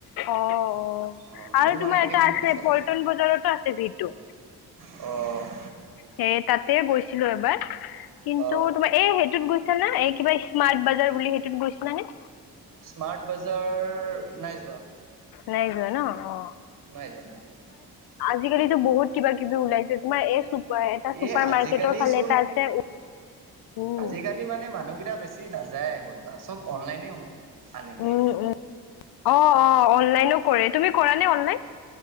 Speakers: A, on the left (about 65°); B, on the right (about 55°).
A: অ অ
B: অ
A: আৰু
B: নিউ মাৰ্কেট
A: তোমাৰ এটা
B: ইমান
A: আছে
B: নচলে
A: পল্টন বজাৰতো আছে ভি টু
B: অ
A: সেই তাতে গৈছিলো এবাৰ কিন্তু
B: অ
A: তোমাৰ এই সেইটোত গৈ না এই কিবা স্মাৰ্ট বাজাৰ বুলি সেইটোত গৈছিলানে
B: স্মাৰ্ট বজাৰ নাই যোৱা।
A: নাই যোৱা ন অ
B: নাই যোৱা নাই যোৱা
A: আজিকালি তো বহুত কিবা কিবি ওলাইছে, তোমাৰ এই চুপাৰ এটা চুপাৰ
B: এ আজিকালি
A: মাৰ্কেটৰ ফালে
B: চোন
A: এটা আছে উম
B: আজিকালি মানে মানুহকেইটা বেছি নাযায় ক'তবা, চব অনলাইনে। আনি দিয়ে
A: উম' উম' অহ অহ অনলাইনো কৰে, তুমি কৰা নে অনলাইন?